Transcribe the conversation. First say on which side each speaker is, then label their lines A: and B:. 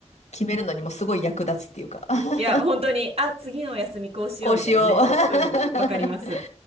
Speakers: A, on the left; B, on the right.
A: 決めるのにもすごい役立つっていうか、<laughs>
B: いや、本当に、あ、次のお休みこうしようみたいなね。
A: こうしよう。<laughs>
B: うんうん、わかります。